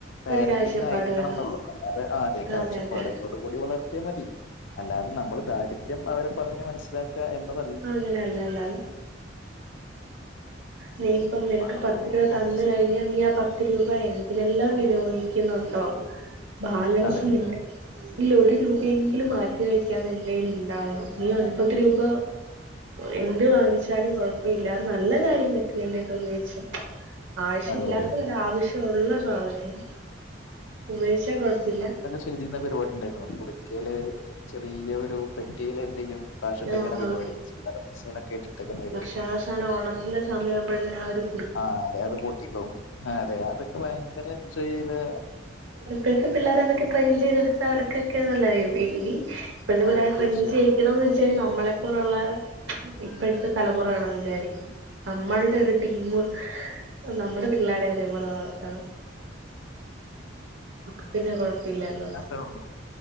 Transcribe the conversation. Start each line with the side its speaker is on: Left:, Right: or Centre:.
Left: പാരന്റിങ്
Right: ഒരു കാഴ്ചപ്പാട്
Left: ആയിരിക്കണം
Right: വേണം
Left: ന്നള്ളു. അല്ലാതെ ആതെ കാഴ്ചപ്പാട്ന്നും.
Right: അതെ അതെ
Left: കുടിവളർത്തിയ മതി അല്ലാതെ നമ്മള് ദാരിദ്ര്യം അവരെ പറഞ്ഞ് മനസ്സിലാക്ക എന്നത്
Right: ആഹ് അങ്ങനെയല്ല അല്ലല്ല നീയിപ്പം
Left: അതെ
Right: നിനക്ക്
Left: അപ്പൊ ആ
Right: പത്ത്
Left: ഒരു
Right: രൂപ
Left: ഫോക്കസ്
Right: തന്ന് കഴിഞ്ഞാ നീ ആ പത്ത് പത്ത് രൂപ എന്തിനെല്ലാം വിനിയോഗിക്കുന്നുണ്ടോ? ബാലൻസുമില്ല
Left: അതെ
Right: ഇല്ല ഒരു രൂപയെങ്കിലും മാറ്റി വെക്കാൻ എന്റെൽ ഉണ്ടാവണം നീ ഒൻപത് രൂപ എന്ത് വാങ്ങിച്ചാലും കൊഴപ്പഇല്ല നല്ല കാര്യങ്ങൾക്ക് വേണ്ടിട്ട് ഉപയോഗിച്ച. ആവശ്യംല്ലാത്തതല്ല
Left: അതെ അതെ
Right: ആവശ്യള്ള സാധനങ്ങൾ. ഉപയോഗിച്ചാ കുഴപ്പില്ല
Left: തിന്ന പരിപാടി ഉണ്ടായിരുന്നു. നമ്മു കുടുക്കല് ചെറിയ ഒരു പെട്ടില് എന്ത് ചെയ്യും കാഷിട്ടക്ക
Right: ആഹ്
Left: പരിപാടി <unintelligible> പരിപാടി
Right: ഞാ അവസാനം ഓണം നല്ല സമയകുമ്പോഴത്തേനു ആരും
Left: ആഹ് അതെ അത് പൊട്ടിക്കവും അതെ അതൊക്കെ ഭയങ്കര ചെയ്ത്
Right: ഇപ്പോഴത്തെ പിള്ളേര് അതൊക്കെ ട്രെയിൻ ചെയ്തെട്ത്താ അവര്ക്ക് ക്കെ നല്ലതെ <unintelligible> ഇപ്പോഴത്തെ പിള്ളേരെ
Left: അതെ
Right: ട്രെയിന്
Left: തീർച്ചയായിട്ടും
Right: ചെയ്യികണം ന്ന് ഛേ നമ്മളെപ്പോലുള്ള ഇപ്പോഴത്തെ തലമുറ വേണം വിചാരിക്കാ നമ്മളുടെ ഒരു ടീമ്മ് നമ്മടെ പിള്ളാരെ അതേപോലെ വളത്തണം. അത് പിന്നെ കുഴപ്പമില്ലല്ലോ?
Left: ത അത്രഉളു